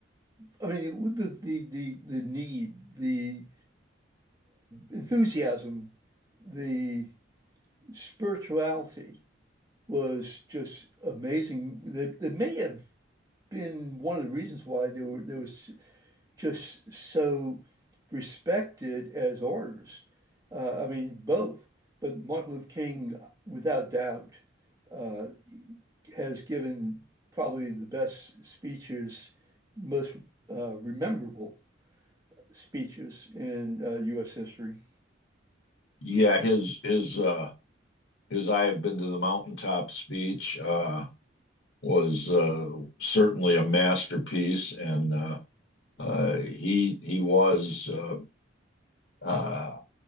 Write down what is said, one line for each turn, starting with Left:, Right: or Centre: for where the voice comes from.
Right: uh, I mean the, the the the need, the enthusiasm, the spirituality was just amazing. That that may have been one of the reasons why they were they was just so respected as orators. Uh, I mean both, but Martin Luther King, without doubt. uh, has given probably the best speeches, most uh, rememberable speeches in uh, U.S. history.
Left: yeah. His his uh, his "I have been to the mountaintop" speech uh, was uh, certainly a masterpiece, and uh, uh, he he was, uh, uh,